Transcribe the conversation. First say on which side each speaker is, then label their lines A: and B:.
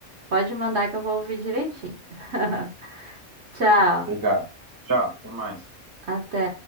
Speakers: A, on the right; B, on the right.
A: Pode mandar que eu vou ouvir direitinho. <laughs> Tchau.
B: Obrigado. Tchau, até mais.
A: Até.